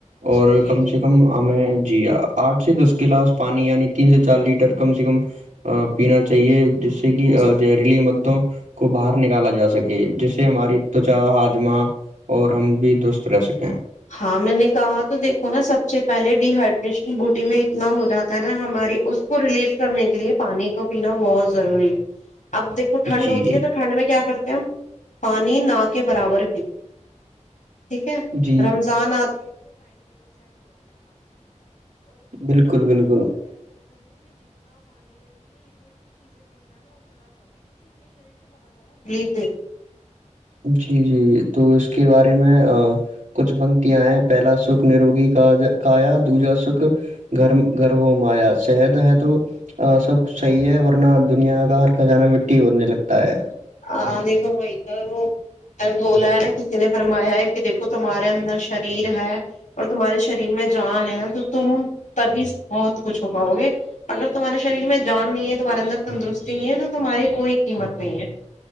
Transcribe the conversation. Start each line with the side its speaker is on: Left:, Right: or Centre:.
Right: اور
Left: جی جی
Right: کم
Left: جی
Right: سے کم ہمیں جی آٹھ سے دس گلاس پانی یعنی تین سے چار لیٹر کم سے کم پینا چاہیے ج جیسے کہ
Left: جی
Right: زہریلی مدوں کو باہر نکالا جا سکے جس سے ہماری تچا ہاجمہ اور ہم بھی درست رہ سکے
Left: ہاں میں نے کہا تو دیکھو نا سب سے پہلے ڈی ہائڈریشن بوڈی میں اتنا ہو جاتا ہے نا ہماری اس کو ریلیف کرنے کے لیے پانی کا پینا بہت ضروری ہے اب دیکو ٹھنڈ
Right: جی
Left: ہوتی ہے تو ٹھنڈ میں کیا کرتا پانی نہ کے برابر پیتے ہیں ٹھیک ہے
Right: جی جی
Left: رمضان آ
Right: بالکل بالکل
Left: <unintelligible> <unintelligible> <unintelligible>
Right: <unintelligible>
Left: <unintelligible> <unintelligible> <unintelligible>